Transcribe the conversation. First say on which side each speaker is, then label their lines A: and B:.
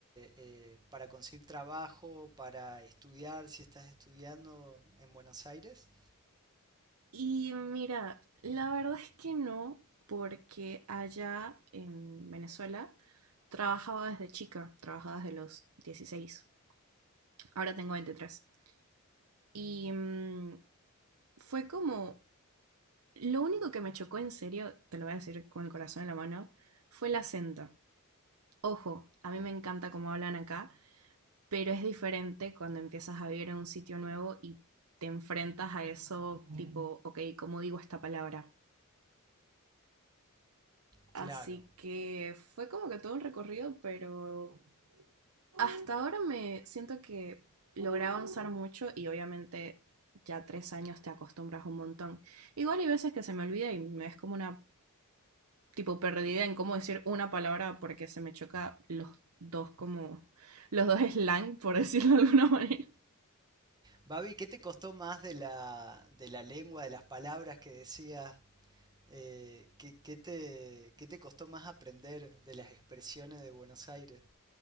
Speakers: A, on the right; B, on the right.
A: eh, para conseguir trabajo, para estudiar, si estás estudiando en Buenos Aires?
B: Y mira, la verdad es que no, porque allá en Venezuela trabajaba desde chica, trabajaba desde los 16. ahora tengo veintitrés Y mm, fue como, lo único que me chocó en serio, te lo voy a decir con el corazón en la mano, fue el acento. Ojo, a mí me encanta cómo hablan acá, pero es diferente cuando empiezas a vivir en un sitio nuevo y te enfrentas a eso tipo, ok, ¿cómo digo esta palabra? Así
A: Claro.
B: que fue como que todo un recorrido, pero hasta ahora me siento que logré avanzar mucho y obviamente ya tres años te acostumbras un montón. Igual hay veces que se me olvida y me es como una tipo perdida en cómo decir una palabra porque se me choca los dos como los dos slang, por <laughs> decirlo de alguna manera.
A: Babi, ¿qué te costó más de la, de la lengua, de las palabras que decías? Eh, ¿qué, qué te, qué te costó más aprender de las expresiones de Buenos Aires?